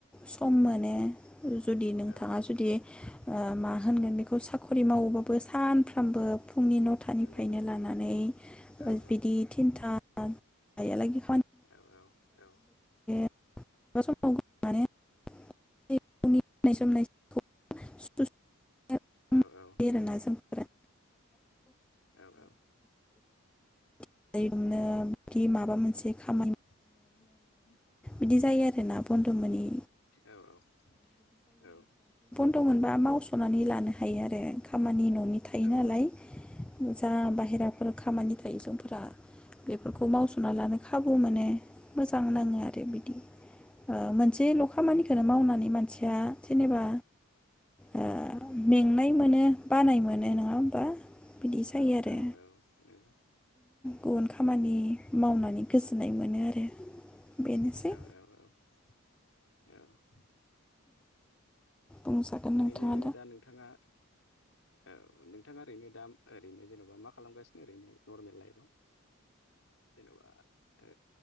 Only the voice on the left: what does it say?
औ औ
नंगौ नंगौ
औ औ
औ औ औ
औ औ
औ औ
<unintelligible>
औ औ औ
औ नंगौ
औ
औ
औ औ नंगौ
औ
औ औ औ
ओरैनो दा नोंथाङा औ नोंथाङा ओरैनो दा ओरैनो जेनेबा मा खालामगासिनो ओरैनो नर्मेल लाइफआव जेन'बा ओ